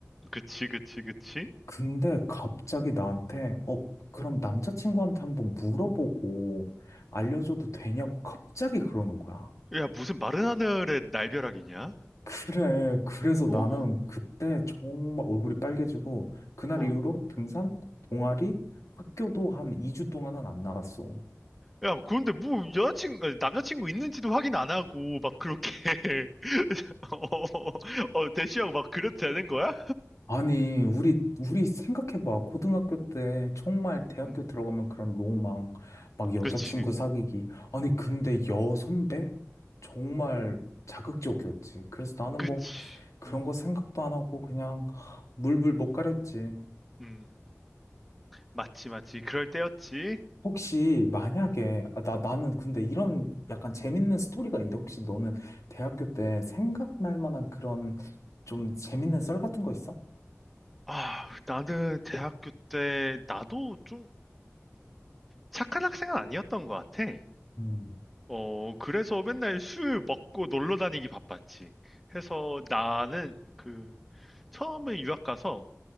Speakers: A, in the centre; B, on the left.
A: 그치, 그치, 그치.
B: 근데 갑자기 나한테, 어, 그럼 남자친구한테 한번 물어보고 알려줘도 되냐고 갑자기 그러는 거야.
A: 야, 무슨 마른 하늘에 날벼락이냐?
B: 그래. 그래서
A: 어,
B: 나는 그때 정말 얼굴이 빨개지고, 그날
A: 어.
B: 이후로 등산, 동아리, 학교도 한 2주 동안은 안 나갔어.
A: 야, 그런데 뭐 여자친구, 남자친구 있는지도 확인 안 하고 막 그렇게 <laughs> 어, 어, 어, 대시하고 막 그래도 되는 거야?
B: 아니, 우리, 우리 생각해봐. 고등학교 때 정말 대학교
A: 음,
B: 들어가면 그런 로망, 막 여자친구
A: 그치,
B: 사귀기. 아니, 근데 여선배? 정말 자극적이었지. 그래서 나는
A: 그치.
B: 뭐 그런
A: 음,
B: 거 생각도 안 하고 그냥 하, 물불 못 가렸지.
A: 음, 맞지, 맞지. 그럴 때였지.
B: 혹시 만약에 아, 나 나는 근데 이런 약간 재밌는 스토리가 있는데 혹시 너는 대학교 때 생각날 만한 그런 좀 재밌는 썰 같은 거 있어?
A: 아, 나는 대학교 때 나도 좀 착한 학생은 아니었던 것 같아.
B: 음,
A: 어, 그래서 맨날 술 먹고 놀러 다니기 바빴지. 해서 나는 그 처음에 유학 가서